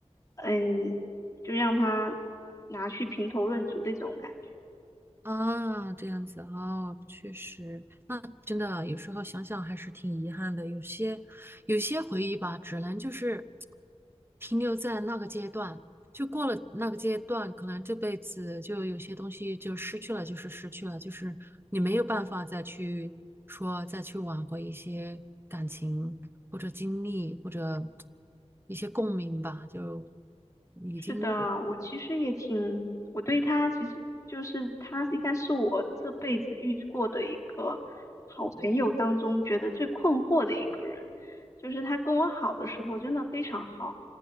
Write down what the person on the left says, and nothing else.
嗯，就让他拿去评头论足的这种感觉。
是的，我其实也挺，我对他其实就是他应该是我这辈子遇过的一个好朋友当中觉得最困惑的一个人，就是他跟我好的时候真的非常好，